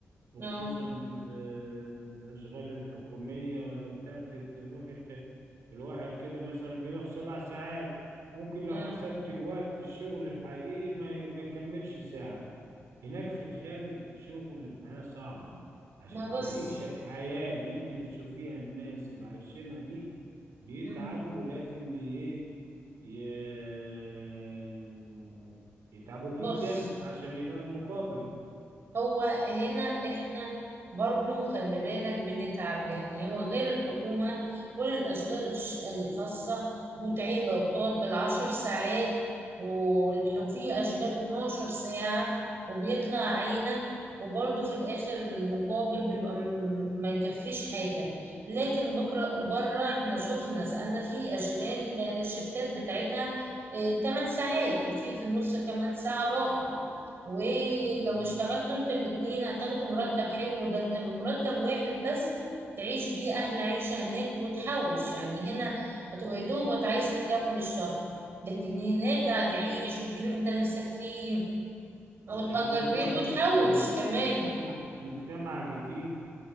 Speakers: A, on the right; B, on the right.
A: وخصوصا
B: اه
A: في ال- الاشغال الحكومية ولا بتاعت تروح ت- الواحد كده مثلا بيروح سبع ساعات ممكن لو
B: اه
A: حسبت الوقت الشغل الحقيقي ما ما يكملش ساعة هناك في الخارج شغل الحياة صعبة عشان
B: ما بص
A: تعيش الحياة اللي انت بتشوفيها الناس اللي عايشينها دي بيتعبوا
B: مم.
A: ولازم ي- ايه، ي- يتعبوا جدا
B: بص
A: عشان يلاقوا المقابل
B: هو هنا احنا برضو خلي بالك بنتعب يعني هو غير الحكومة كل الأشغال الش- الخاصة متعبة وبتقعد بالعشر ساعات والح- وفي أشغال 12 ساعة وبيطلع عينك وبرضو في الآخر المقابل بيبقى م- ما يكفيش حاجة لكن بكرة بره احنا شفنا سألنا في أشغال الشفتات بتاعتها 8 ساعات وفي في النص كمان ساعة راحة ولو
A: مم.
B: اشتغلتوا انتوا الاتنين هتاخدوا مرتب حلو ده انت بمرتب واحد بس تعيش بيه احلى عيشة هناك وتحوش يعني هنا هتبقى يا دوبك عايز تكمل الشهر لكن هناك هتعيش وتجيب اللي انت نفسك فيه او
A: انت
B: تأجر
A: عايزة تروحي
B: بيت وتحوش كمان
A: مجتمع مجتمع جديد